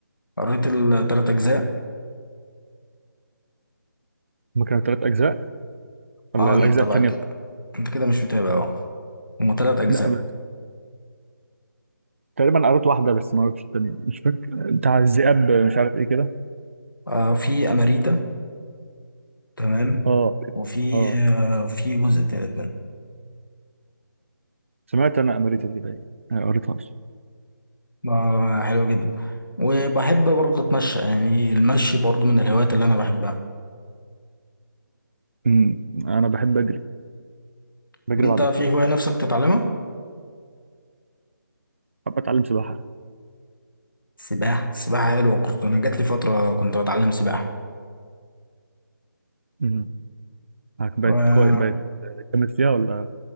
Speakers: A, on the left (about 80°); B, on the right (about 40°).
A: قريت التلات أجزاء
B: ما كانوا ثلاث اجزاء ولا
A: اه
B: الاجزاء
A: انت مم.
B: الثانيه
A: بقى كده انت كده مش متابع بقى هما تلات أجزاء
B: لا بس- تقريبا قريت واحده بس ما قريتش الثانيه مش فاكر بتاع الذئاب مش عارف ايه كده
A: آه في أماريتا تمام
B: اه
A: وفي
B: اه
A: آه في جزء تالت منه
B: سمعت انا اماريتا دي باين آه، قريتهاش
A: آه حلو جدا وبحب برضه أتمشى يعني المشي برضه من الهوايات اللي أنا بحبها
B: م، انا بحب اجري بجري
A: طب انت
B: بعد
A: في
B: الفجر
A: هواية نفسك تتعلمها؟
B: بحب اتعلم سباحه
A: سباحة السباحة حلوة كنت أنا جات لي فترة كنت بتعلم سباحة
B: م، بقت
A: آه،
B: كويس بقت جامد فيها ولا